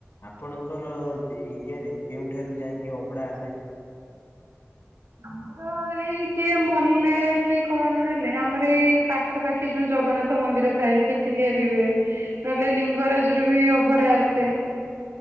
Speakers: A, on the left; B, on the right.
A: ଆପଣଙ୍କର ଏରିଆରେ କେଉଁଠାରୁ ଯାଇକି ଅଭଡା ଆସେ।
B: ଆମର ତ ଏଇ କିଏ ମଲେ କି କଣ ହେଲେ ଆମର ଏଇ ପାଖାପାଖି ଯୋଉ ଜଗନ୍ନାଥ ମନ୍ଦିର ଥାଏ। ସେଠି ତିଆରି ହୁଏ ନହେଲେ ଲିଙ୍ଗରାଜରୁ ବି ଅବଢା ଆସେ।